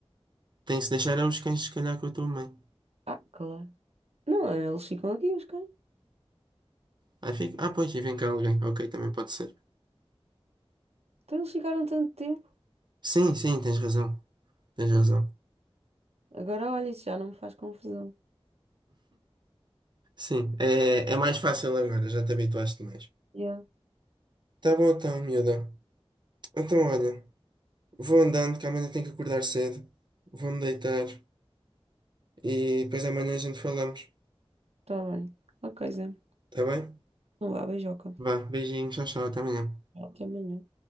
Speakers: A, on the right (about 45°); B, on the right (about 85°).
A: Tem-se deixar aos cães, se calhar, com a tua mãe.
B: Ah, claro. Não, eles ficam aqui, os cães.
A: Aí fica. Ah, pois, e vem cá alguém. Ok, também pode ser.
B: Então eles ficaram tanto tempo.
A: Sim, sim, tens razão. Tens razão.
B: Agora olha, isso já não me faz confusão.
A: Sim, é, é mais fácil agora, já te habituaste mais.
B: Yeah,
A: Tá bom então, miúda. Então, olha, vou andando, que amanhã tenho que acordar cedo. Vou-me deitar e depois amanhã a gente falamos.
B: tá bem. Ok, Zé.
A: Tá bem?
B: não vá, beijoca.
A: Vá, beijinho, tchau, tchau, até amanhã.
B: Até amanhã.